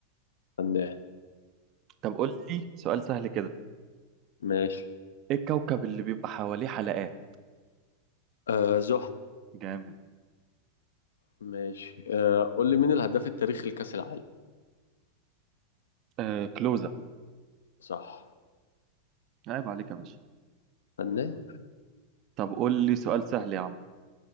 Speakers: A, on the left; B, on the right.
A: فنان،
B: طب قول لي سؤال سهل كده
A: ماشي،
B: ايه الكوكب اللي بيبقى حواليه حلقات
A: آآ زُحل،
B: جامد
A: ماشي، آآ قُل لي مين الهداف التاريخي لكأس العالم؟
B: آه كلوزة
A: صح،
B: عيب عليك يا باشا
A: فنان،
B: طب قول لي سؤال سهل يا عم